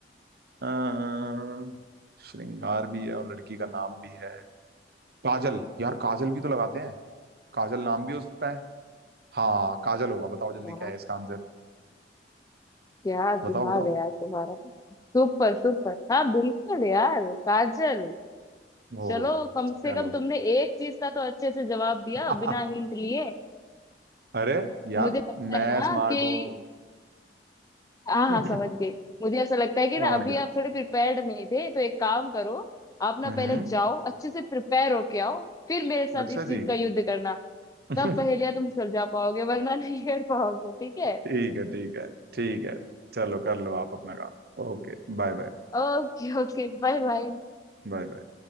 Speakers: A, on the right; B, on the left.
A: अम, श्रृंगार भी है और लड़की का नाम भी है काजल यार काजल भी तो लगाते हैं काजल नाम भी हो सकता है हाँ काजल होगा बताओ जल्दी
B: यार
A: क्या है इसका आंसर
B: क्या दिमाग
A: बताओ बताओ
B: है यार तुम्हारा Super super हाँ बिल्कुल यार काजल
A: ओ
B: चलो कम
A: चलो
B: से कम तुमने एक चीज का तो अच्छे से जवाब दिया
A: <laughs>
B: बिना हिंट लिए
A: अरे यार
B: मुझे लगता
A: मैं
B: है ना
A: स्मार्ट
B: कि
A: हूँ
B: हाँ
A: <laughs>
B: हाँ समझ गई मुझे ऐसा लगता है कि ना
A: और
B: अभी
A: क्या
B: आप थोड़े प्रिपेयर्ड नहीं थे तो एक काम करो आप ना
A: हम्म
B: पहले जाओ अच्छे से प्रिपेयर होके आओ फिर मेरे साथ
A: अच्छा
B: इस चीज
A: जी
B: का युद्ध करना
A: <laughs> ठीक
B: तब पहेलियां तुम सुलझा पाओगे वरना <laughs> नहीं कर पाओगे ठीक
A: है
B: है
A: ठीक है ठीक है चलो कर लो आप अपना काम Okay bye bye
B: ओके Okay bye bye
A: Bye bye